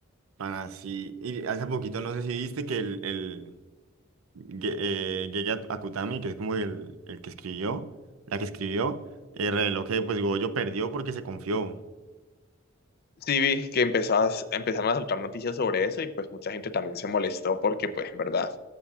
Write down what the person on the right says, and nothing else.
Pana, sí. Y hace poquito no sé si viste que el, el, Ge- eh, llegué a, a Kutami, que es como el, el que escribió, la que escribió, eh, reveló que pues Goyo perdió porque se confió.